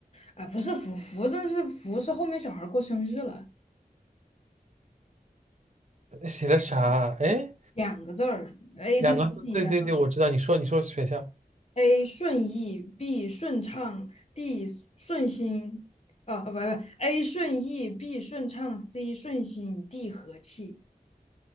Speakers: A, on the left (about 45°); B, on the right (about 50°).
A: 啊，不是福福，这是福是后面小孩过生日了。
B: 呃写了啥？哎，
A: 两个字儿，A
B: 两个字，
A: B C D
B: 对对对，
A: 一下
B: 我知道。你说你说选项
A: ，A 顺意，B 顺畅，D 顺心，啊啊不不，A 顺意，B 顺畅，C 顺心，D 和气，